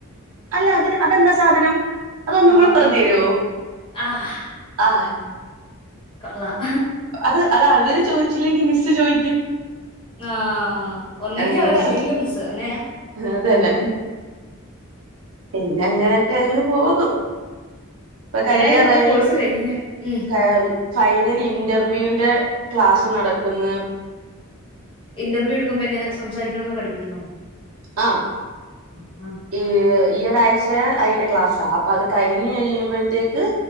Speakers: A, on the right; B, on the left.
A: അല്ല അത് അതെന്താ സാധനം? അതൊന്നകൂടെ
B: ആഹ്
A: പറഞ്ഞു തരോ
B: ആഹ്
A: ആ
B: കൊള്ളാം
A: അത് അത് അവര് ചോദിച്ചില്ലെങ്കിൽ മിസ്സ് ചോദിക്കും.
B: ആ ഒന്നെങ്കിൽ
A: ഏഹ്
B: അവര് അല്ലെങ്കിൽ മിസ്സ് അങ്ങനെയാ
A: അത് തന്നെ പിന്നെ അങ്ങനൊക്കെ അങ് പോകും. ഇപ്പൊ കഴിയാറായി
B: എന്തായാലും ഇപ്പൊ കോഴ്സ് കഴിഞ്ഞിന് ഉം
A: ക ഫൈനൽ ഇന്റർവ്യൂവിന്റെ ക്ലാസ് നടക്ക്ന്ന്.
B: ഇന്റർവ്യൂ എടുക്കുമ്പോ എങ്ങനെ സംസാരിക്കണമെന്ന് പഠിപ്പിക്കുന്നോ?
A: ആഹ്‌
B: ആ
A: ഈ ഈ ഒരാഴ്ച അതിന്റെ ക്ലാസ്സാ അപ്പൊ അത് കഴിഞ്ഞ് കഴിയുമ്പോഴത്തേക്ക്